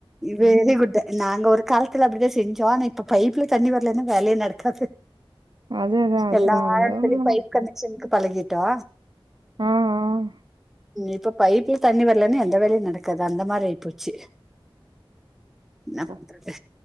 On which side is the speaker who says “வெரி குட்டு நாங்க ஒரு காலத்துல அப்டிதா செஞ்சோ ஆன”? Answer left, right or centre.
Centre